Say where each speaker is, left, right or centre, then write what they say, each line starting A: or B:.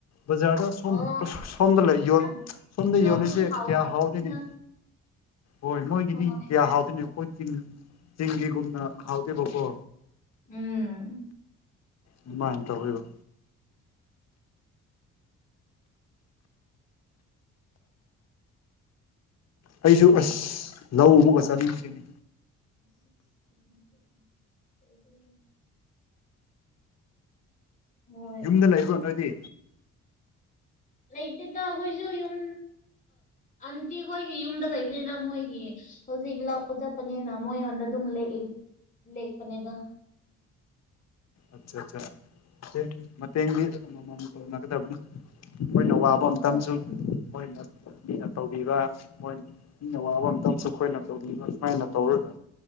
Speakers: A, on the left; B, on the left.
A: ꯕꯖꯥꯔꯗ ꯁꯣꯝ
B: ꯑꯣ
A: ꯁꯣꯝꯗ
B: ꯕꯥꯁꯀꯤ
A: ꯌ ꯁꯣꯝꯗ
B: ꯂꯧꯕꯗꯤ
A: ꯌꯣꯜꯂꯤꯁꯦ
B: ꯍꯥꯎꯇꯕꯅꯤꯗ
A: ꯀꯌꯥ ꯍꯥꯎꯗꯣꯏꯅꯤ ꯍꯣꯏ ꯃꯣꯏꯒꯤꯗꯤ
B: ꯍꯣꯏ
A: ꯀꯌꯥ ꯍꯥꯎꯗꯣꯏꯅꯦ ꯑꯩꯈꯣꯏ ꯇꯤꯟ ꯆꯤꯡꯒꯤꯒꯨꯝꯅ ꯍꯥꯎꯗꯦꯕꯀꯣ
B: ꯎꯝ
A: ꯑꯗꯨꯃꯥꯏꯅ ꯇꯧꯔꯤꯕ ꯑꯩꯁꯨ ꯑꯁ ꯂꯧ ꯎꯕꯥꯒ ꯆꯥꯅꯤꯡꯇꯦꯅꯦ
B: ꯁꯤꯁꯛ ꯁꯚꯦꯟ ꯑꯩꯏꯠ ꯅꯥꯏꯟ ꯂꯣꯏꯗꯣꯔꯕꯅꯤ ꯍꯣꯏ
A: ꯌꯨꯝꯗ ꯂꯩꯕꯔꯣ ꯅꯣꯏꯗꯤ
B: ꯂꯩꯇꯦꯗ ꯑꯩꯈꯣꯏꯁꯨ ꯌꯨꯝ ꯑꯟꯇꯤ ꯑꯩꯈꯣꯏꯒꯤ ꯌꯨꯝꯗ ꯂꯩꯕꯅꯤꯅ ꯃꯣꯏꯒꯤ ꯍꯧꯖꯤꯛ ꯂꯧ ꯆꯠꯄꯅꯤꯅ ꯃꯣꯏꯉꯣꯟꯗ ꯑꯗꯨꯝ ꯂꯦꯛꯏ ꯂꯦꯛꯄꯅꯦꯗꯥ
A: ꯑꯆꯥ ꯆꯥ ꯃꯇꯦꯡ ꯃꯇꯦꯡꯒꯤ ꯑꯃ ꯑꯃ ꯑꯃ ꯇꯧꯅꯥꯒꯗꯕꯅꯤ ꯃꯣꯏꯅ ꯋꯥꯕ
B: ꯍꯣꯏ
A: ꯃꯇꯝꯇꯁꯨ ꯃꯣꯏꯅ ꯃꯤꯅ ꯇꯧꯕꯤꯕ ꯃꯣꯏ ꯃꯤꯅ ꯑꯋꯥꯕ ꯑꯝꯇꯪꯁꯨ ꯑꯩꯈꯣꯏꯅ ꯇꯧꯕꯤꯕ ꯁꯨꯃꯥꯏꯅ ꯇꯧꯔꯒ